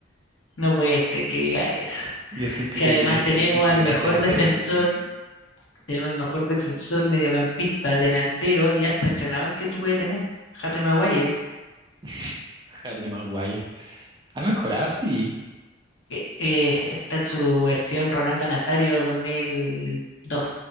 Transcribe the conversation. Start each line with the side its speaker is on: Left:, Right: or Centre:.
Left: No puede ser que diga eso.
Right: Yo siento
Left: Si
Right: que
Left: además
Right: el United
Left: tenemos
Right: existe
Left: al
Right: gracias
Left: mejor
Right: a
Left: defensor
Right: Ferguson,
Left: Tenemos el mejor defensor, mediocampista, delantero y hasta entrenador que se puede tener. Harry Maguire,
Right: <laughs> Harry Maguire. Ha mejorado, sí.
Left: que eh, está en su versión Ronaldo Nazario 2002.